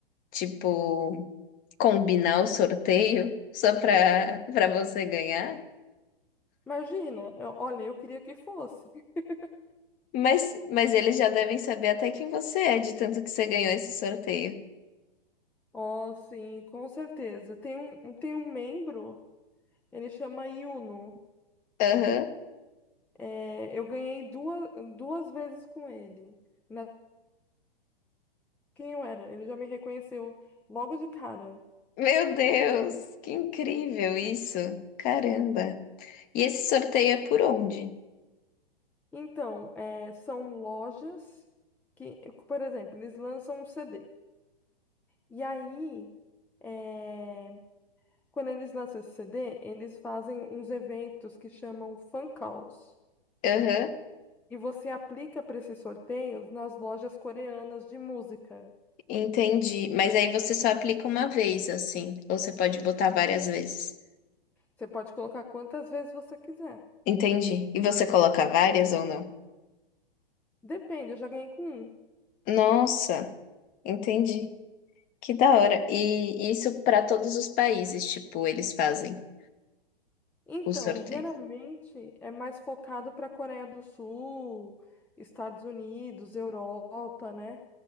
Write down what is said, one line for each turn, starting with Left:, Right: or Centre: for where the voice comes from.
Left: tipo, combinar o sorteio só pra, pra você ganhar?
Centre: Imagina, eu- olha, eu queria que fosse. <laughs>
Left: Mas, mas eles já devem saber até quem você é, de tanto que você ganhou esse sorteio.
Centre: Oh, sim, com certeza. Tem um, um, tem um membro, ele chama Yuno.
Left: Aham.
Centre: É, eu ganhei duas, duas vezes com ele. Na, quem eu era? Ele já me reconheceu logo de cara.
Left: Meu Deus, que incrível isso. Caramba. E esse sorteio é por onde?
Centre: Então, é, são lojas que, por exemplo, eles lançam um CD. E aí, é, quando eles lançam esse CD, eles fazem uns eventos que chamam fan calls.
Left: Aham,
Centre: E você aplica para esses sorteios nas lojas coreanas de música.
Left: entendi. Mas aí você só aplica uma vez, assim. Ou você pode botar várias vezes.
Centre: Você pode colocar quantas vezes você quiser.
Left: Entendi. E você coloca várias ou não?
Centre: Depende, eu já ganhei com um.
Left: Nossa, entendi. Que da hora. E isso para todos os países, tipo, eles fazem
Centre: Então,
Left: o sorteio.
Centre: geralmente é mais focado para a Coreia do Sul, Estados Unidos, Europa, né?